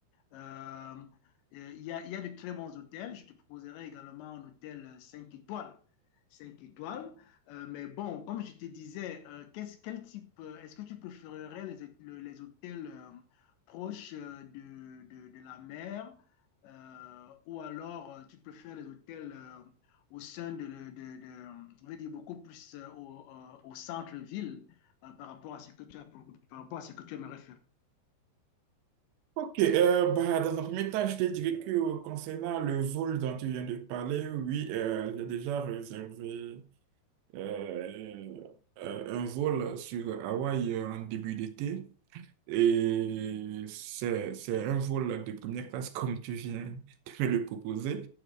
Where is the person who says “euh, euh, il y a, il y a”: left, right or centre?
Left